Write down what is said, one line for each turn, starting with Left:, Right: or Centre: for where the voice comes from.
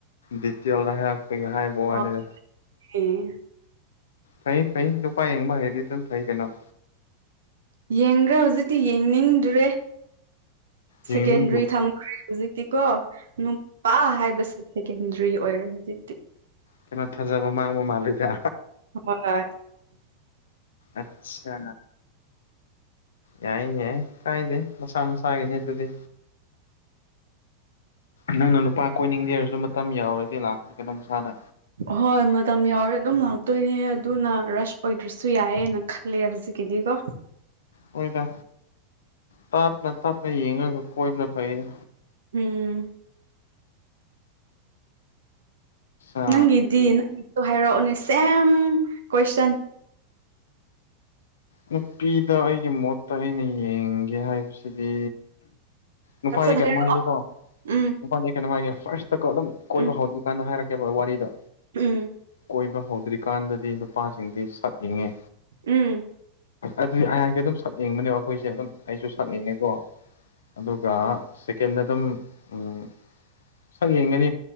Left: ꯗꯤꯇꯦꯜꯗ ꯍꯥꯏꯔꯛꯄꯒꯤ ꯍꯥꯏꯕ
Right: ꯍ‌ꯣꯏ
Left: ꯋꯥꯅꯤꯗ
Right: ꯏ
Left: ꯐꯩ ꯐꯩ ꯅꯨꯨꯄꯥ ꯌꯦꯡꯕ ꯍꯩꯔꯗꯤ ꯑꯗꯨꯝ ꯐꯩ ꯀꯩꯅ‌ꯣ
Right: ꯌꯦꯡꯗ꯭ꯔꯦ ꯍꯧꯖꯤꯛꯇꯤ ꯌꯦꯡꯅꯤꯡꯗ꯭ꯔꯦ
Left: ꯌꯦꯡꯅꯤꯡꯗ
Right: ꯁꯦꯀꯦꯟꯗ꯭ꯔꯤ ꯊꯝ ꯍꯧꯖꯤꯛꯇꯤꯀꯣ ꯅꯨꯄꯥ ꯍꯥꯏꯕꯁꯤ ꯁꯦꯀꯦꯟꯗ꯭ꯔꯤ ꯑꯣꯏꯔꯦ ꯍꯧꯖꯤꯛꯇꯤ
Left: ꯀꯩꯅꯣ ꯊꯥꯖꯕ ꯃꯥꯡꯕ ꯃꯥꯜꯂꯤꯗ
Right: ꯍꯣꯏ
Left: ꯑꯠꯆꯥ ꯌꯥꯏ ꯌꯥꯏ ꯀꯥꯏꯗꯦ ꯃꯁꯥ ꯃꯁꯥꯒꯤꯅꯤ ꯑꯗꯨꯗꯤ ꯅꯪꯅ ꯅꯨꯄꯥ ꯀꯣꯏꯅꯤꯡꯗꯦꯔꯁꯨ ꯃꯇꯝ ꯌꯥꯎꯔꯗꯤ ꯂꯥꯛꯄꯅꯤ ꯀꯩꯅꯣ ꯃꯁꯥꯅ
Right: ꯍꯣꯏ ꯃꯇꯝ ꯌꯥꯎꯔꯦ ꯑꯗꯨꯝ ꯂꯥꯛꯇꯣꯏꯅꯦ ꯑꯗꯨꯅ ꯔꯁ ꯑꯣꯏꯗ꯭ꯔꯁꯨ ꯌꯥꯏꯑꯌꯦꯅ ꯈꯜ ꯂꯦ ꯍꯧꯖꯤꯛ ꯀꯤꯗꯤ ꯀꯣ
Left: ꯍ‌ꯣꯏꯗ ꯇꯞꯅ ꯇꯞꯅ ꯌꯦꯡꯔꯒ ꯀꯣꯏꯕꯅ ꯐꯩꯌꯦꯗ
Right: ꯎꯝ
Left: ꯑ
Right: ꯅꯪꯒꯤꯗꯤ ꯅꯪꯒꯤꯁꯨ ꯍꯥꯏꯔꯛꯑꯣꯅꯦ ꯁꯦꯝ ꯀꯣꯏꯁꯟ
Left: ꯅꯨꯄꯤꯗ ꯑꯩꯒꯤ ꯃꯣꯠꯇ ꯑꯩꯅ ꯌꯦꯡꯒꯦ ꯍꯥꯏꯕꯁꯤꯗꯤ ꯅꯨꯄꯥꯗꯤ
Right: ꯁꯠ-ꯁꯠ
Left: ꯀꯩꯅꯣꯝ
Right: ꯍꯥꯏꯔꯛꯑꯣ
Left: ꯍꯥꯏꯒꯦꯀꯣ
Right: ꯎꯝ
Left: ꯅꯨꯄꯥꯗꯤ ꯀꯩꯅꯣ ꯍꯥꯏꯒꯦ ꯐꯥꯔꯁ ꯆꯀꯣ ꯑꯗꯨꯝ ꯀꯣꯏꯕ
Right: ꯎꯝ
Left: ꯍꯧꯗ꯭ꯔꯤ ꯀꯥꯟꯗ ꯍꯥꯏꯔꯛꯀꯦꯕ ꯋꯥꯔꯤꯗꯣ
Right: ꯎꯝ
Left: ꯀꯣꯏꯕ ꯍꯧꯗ꯭ꯔꯤꯀꯥꯟꯗꯗꯤ ꯅꯨꯄꯥꯁꯤꯡꯗꯤ ꯁꯛ ꯌꯦꯡꯉꯦ
Right: ꯎꯝ
Left: ꯑꯗꯨꯗꯤ ꯑꯩꯍꯥꯏꯀꯤ ꯑꯗꯨꯝ ꯁꯛꯌꯦꯡꯕꯅꯦꯕ ꯑꯩꯈꯣꯏꯁꯦ ꯑꯗꯨꯝ ꯑꯩꯁꯨ ꯁꯛꯌꯦꯡꯉꯦꯀꯣ ꯑꯗꯨꯒ ꯁꯦꯀꯦꯟ ꯑꯗꯨꯝ ꯎꯝ ꯁꯛ ꯌꯦꯡꯒꯅꯤ